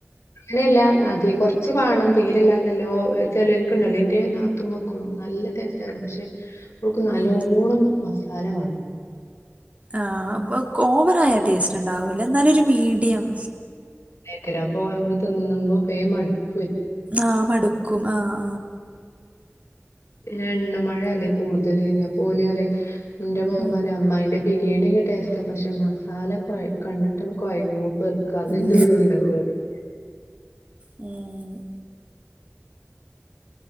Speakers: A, on the left (about 75°); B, on the right (about 30°).
A: അങ്ങനെല്ല തീ കോറച്ച് വാണം തീരല്ലാതല്ല. ഓ ചെലെൽക്കുണ്ടല്ലോ ഇന്റെനാത്തുൻ വെക്കും നല്ല ടേസ്റ്റ് ആക്കാരം. പക്ഷേ, ഓൾക്ക് നല്ലോണം
B: ഉം.
A: മസാല വാണം
B: ആഹ്വാ. വക് ഓവറ ആയ ടേസ്റ്റ് ണ്ടാവൂല്ല ന്നാലൊരു മീഡിയം.
A: തിര അപ്പൊ നമക്ക് തിന്നുമ്പോ വേം മട്കു
B: ആഹ മടുക്കും ആഹാ
A: പിന്നെ എണ്ണമഴ അല്ലേ കൂടുതൽവര. അപ്പോ ഓല്റിം ന്റെ മോൻ
B: ആ
A: പറയും അമ്മായിന്റെ ബിരി ബിരിയാണിക്കെ ടേസ്റ്റ പക്ഷെ മസാല കൊ കണ്ടിട്ടങ്ങ് കൊഴങ്ങും. പെർക്കാതന്നെ
B: ആ
A: ഉള്ളൂണ്ടാവറിം
B: ഉം.